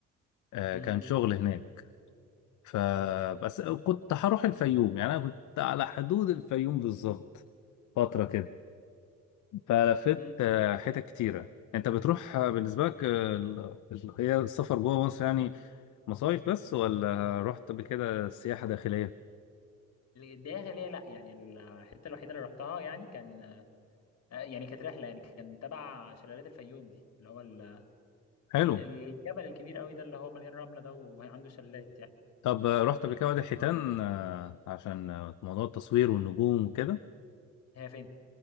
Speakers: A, on the left (about 75°); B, on the left (about 55°).
A: آه
B: امم
A: كان شغل هناك فبس كنت هروح الفيوم يعني انا كنت على حدود الفيوم بالظبط فتره كده فلفت
B: امم
A: آه، حتت كتيره انت بتروح آه، بالنسبه لك آه، ال- ال- هي السفر جوه مصر يعني مصايف بس ولا رحت قبل كده سياحه داخليه
B: داخلية لا يعني الحتة الوحيدة اللي رحتها يعني كان آه، يعني كانت رحلة يعني كان تبع شلالات الفيوم دي اللي هو ال-
A: حلو
B: ال- الجبل الكبير قوي ده اللي هو مليان رملة ده وعنده شلالات يعني
A: طب آه، رحت
B: آه،
A: قبل كده وادي الحيتان
B: اقول
A: آه، عشان آه، موضوع التصوير والنجوم وكده
B: هي فين